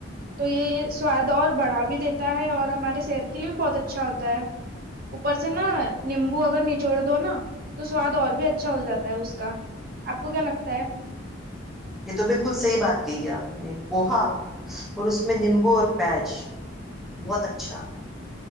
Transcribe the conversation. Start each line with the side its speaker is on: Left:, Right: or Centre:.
Right: تو یہ سواد اور بڑھا بھی دیتا ہے اور ہمارے صحت کے لیے بھی بہت اچھا ہوتا ہے اوپر سے نا نیمبو اگر نچوڑ دو نا تو سواد اور بھی اچھا ہو جاتا ہے اس کا آپ کو کیا لگتا ہے
Centre: یہ تو بالکل صحیح بات کہ ہے آپ نے پوہا اور اس میں نیمبو اور پیج بہت اچھا